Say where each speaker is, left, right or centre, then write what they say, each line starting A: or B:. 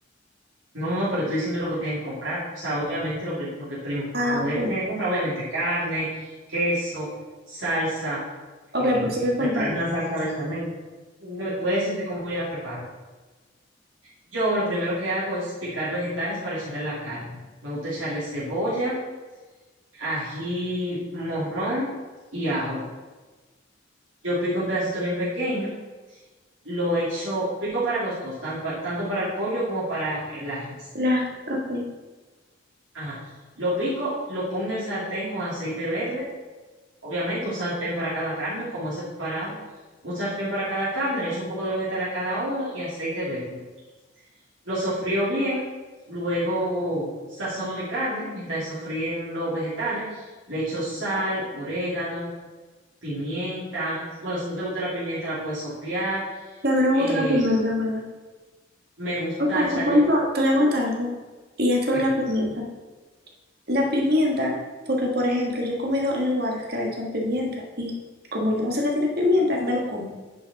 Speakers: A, on the right; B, on the right.
A: No, no, no, pero estoy diciendo lo que tienen que comprar. O sea, obviamente lo, prim- lo que primordial
B: Ah, ok.
A: que tienen que comprar, obviamente carne, queso, salsa,
B: Ok,
A: eh,
B: pues sigue contando.
A: preparar una salsa bechamel. Voy a voy a decirte cómo yo la preparo. Yo lo primero que hago es picar vegetales para echarle la carne. Me gusta echarle cebolla, ají morrón y ajo. Yo pico en pedacitos bien pequeños, lo echo, pico para los dos, tan- pa- tanto para el pollo como para la res.
B: La, ok. Y
A: Ajá. Lo pico, lo pongo en el sartén con aceite verde, obviamente un sartén para cada carne, como es separado. Un sartén para cada carne, le echo un poco de vegetal a cada uno y aceite verde. Lo sofrío bien, luego sazono mi carne, mientras sofríen los vegetales, le echo sal, orégano, pimienta. Bueno, si no te gusta la pimienta la puedes obviar.
B: a mí no me
A: Eh,
B: gusta la pimienta, en verdad.
A: me gusta
B: O sea,
A: echarle,
B: te cuento, te voy a contar algo. Y es sobre
A: dime,
B: la pimienta. La pimienta, porque por ejemplo, yo he comido en lugares que le echan pimienta y como yo no sé que tiene pimienta, me lo como.